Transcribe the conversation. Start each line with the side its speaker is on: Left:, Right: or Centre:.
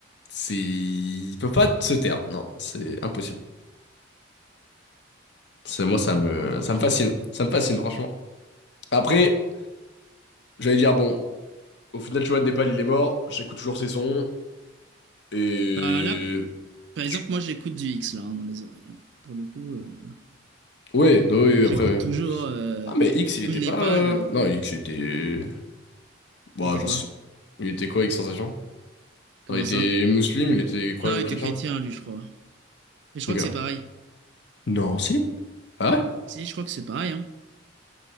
Left: C'est. Ils peuvent pas se taire. Non, c'est impossible. C'est moi, ça me, ça me fascine. Ça me fascine, franchement. Après, j'allais dire, bon, au final, tu vois, Népal, il est mort, j'écoute toujours ses sons, et...
Right: Bah là, par exemple,
Left: tu-
Right: moi, j'écoute du X là hein, dans les oreilles. hein. Pour le coup, euh,
Left: Ouais, non, oui, oui,
Right: j'écoute
Left: après,
Right: toujours,
Left: ouais.
Right: euh,
Left: Ah, mais X, il
Right: même
Left: était
Right: Népal.
Left: pas... euh,
Right: euh,
Left: Non, X, il était... Bon,
Right: il était
Left: j'en
Right: quoi?
Left: sais- Il était quoi, X Sensation?
Right: Comment
Left: Non, il était
Right: ça?
Left: musulman, il était croyant,
Right: Non, il était
Left: chrétien?
Right: chrétien lui, je crois. Et je crois
Left: Ok.
Right: que c'est pareil.
Left: Non, si? Ah ouais?
Right: Si, je crois que c'est pareil. Hein.